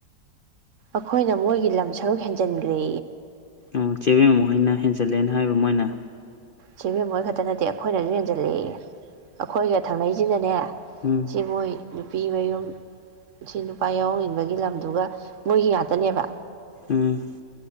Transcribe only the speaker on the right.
ꯑꯩꯈꯣꯏꯅ ꯃꯣꯏꯒꯤ ꯂꯝ ꯁꯔꯨꯛ ꯍꯦꯟꯖꯤꯟꯈ꯭ꯔꯦ
ꯁꯤꯕꯦꯝ ꯃꯣꯏ ꯈꯛꯇ ꯅꯠꯇꯦ ꯑꯩꯈꯣꯏꯅꯁꯨ ꯍꯦꯟꯖꯜꯂꯛꯏ ꯑꯩꯈꯣꯏꯒ ꯊꯧꯅꯩꯁꯤꯅꯅꯦ
ꯁꯤꯕꯣꯏ ꯅꯨꯄꯤ ꯃꯌꯨꯝ ꯁꯤ ꯅꯨꯄꯥ ꯌꯥꯎꯍꯧꯅꯤꯡꯟꯕꯒꯤ ꯂꯝꯗꯨꯒ ꯃꯣꯏꯒꯤ ꯉꯥꯛꯇꯅꯦꯕ